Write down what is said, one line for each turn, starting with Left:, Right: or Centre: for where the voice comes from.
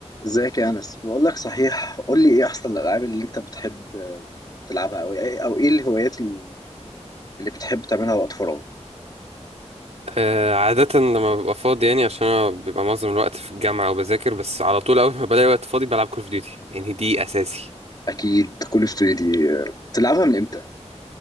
Left: ازيك يا انس بقول لك صحيح قول لي ايه احسن الالعاب اللي انت بتحب تلعبها او ايه او ايه الهوايات اللي بتحب تعملها وقت فراغ
Right: آه، عادة لما ببقى فاضي يعني عشان أنا بيبقى معظم الوقت في الجامعة وبذاكر بس على طول أول ما بلاقي وقت فاضي بلعب كول أوف ديوتي يعني دي أساسي
Left: اكيد كل اوف دي بتلعبها من امتى